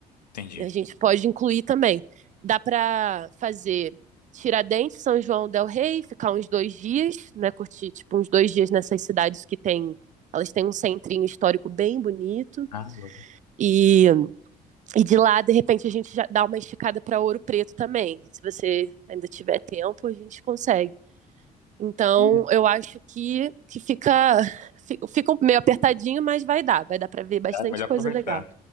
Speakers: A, on the left; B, on the right.
A: entendi.
B: E a gente pode incluir também. Dá pra fazer Tiradentes, São João del Rei, ficar uns dois dias, né, curtir tipo uns dois dias nessas cidades que tem, elas têm um centrinho histórico bem bonito
A: Ah, eu-
B: e E de lá, de repente, a gente já dá uma esticada para Ouro Preto também. Se você ainda tiver tempo, a gente consegue. Então,
A: Uhum.
B: eu acho que, que fica, fica meio apertadinho, mas vai dar. Vai dar para ver bastante
A: Ah, melhor aproveitar.
B: coisa legal.